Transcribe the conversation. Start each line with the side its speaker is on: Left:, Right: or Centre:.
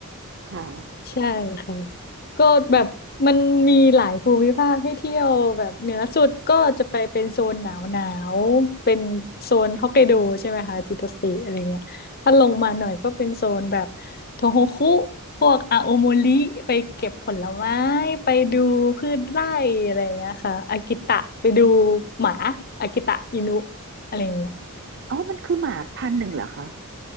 Right: ค่ะ
Left: ใช่ค่ะก็แบบมันมีหลายภูมิภาคให้เที่ยวแบบเหนือสุดก็จะไปเป็นโซนหนาวหนาวเป็นโซนฮอกไกโดใช่ไหมคะจิโตสติอะไรเงี้ยถ้าลงมาหน่อยก็เป็นโซนแบบโทโฮคุพวกอาโอโมริไปเก็บผลไม้ไปดูพืชไร่อะไรเงี้ยค่ะอากิตะไปดูหมาอากิตะอินุอะไรเงี้ย
Right: อ๋อมันคือหมาพันธุ์หนึ่งเหรอคะ